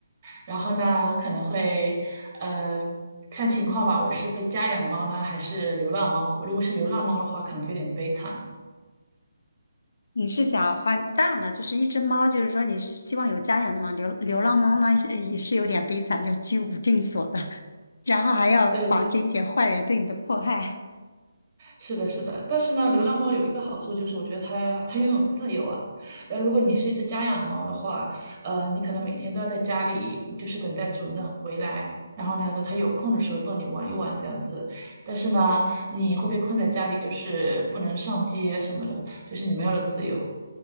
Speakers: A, on the right (about 30°); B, on the left (about 65°).
A: 然后呢，我可能会，嗯，看情况吧，我是被家养的猫呢，还是流浪猫？如果是流浪猫的话，可能就有点悲惨了。
B: 你是想换？当然了，就是一只猫，就是说你是希望有家养的嘛。流流浪猫呢，也也是有点悲惨，就居无定所的，然后还要防止一些坏人对你的迫害。
A: 对对是的，是的，但是呢，流浪猫有一个好处就是，我觉得它它拥有自由啊。那如果你是一只家养的猫的话，呃，你可能每天都要在家里，就是等待主人的回来，然后呢，等它有空的时候逗你玩一玩这样子。但是呢，你会被困在家里，就是不能上街什么的，就是你没有了自由，